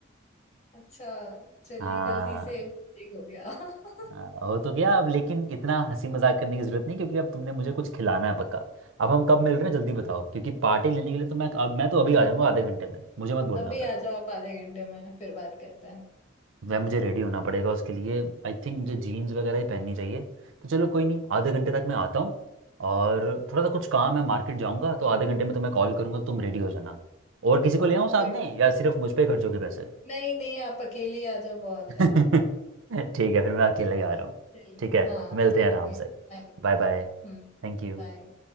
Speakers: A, on the left; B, on the right.
A: अच्छा चलिए
B: हाँ
A: गलती से मिस्टेक हो गया <laughs>
B: हाँ, हो तो गया अब लेकिन इतना हंसी मजाक करने की जरूरत नहीं क्योंकि अब तुमने मुझे कुछ खिलाना है पक्का अब हम कब मिल रहे हैं जल्दी बताओ क्योंकि पार्टी लेने के लिए तो मैं अब मैं तो अभी आ जाऊंगा आधे घंटे में मुझे मत बोलना
A: अभी आ जाओ आप आधे घंटे में फिर बात करते हैं
B: वह मुझे रेडी होना पड़ेगा उसके लिए आई थिंक मुझे जीन्स वगैरह ही पहननी चाहिए तो चलो कोई नहीं आधे घंटे तक मैं आता हूँ और थोड़ा सा कुछ काम है मार्केट जाऊँगा तो आधे घंटे में तुम्हें कॉल करूँगा तो तुम रेडी हो जाना और किसी को ले आऊँ साथ
A: बिल-
B: में या सिर्फ मुझ पे खर्च होगे पैसे
A: नहीं नहीं आप अकेले ही आ जाओ बहुत
B: <laughs>
A: है
B: ठीक है फिर मैं अकेला
A: ठीक
B: ही आ रहा
A: है चलिए
B: हूँ ठीक है
A: हाँ
B: मिलते
A: ओके
B: हैं आराम
A: बाय
B: से Bye bye
A: हम्म
B: Thank you
A: बाय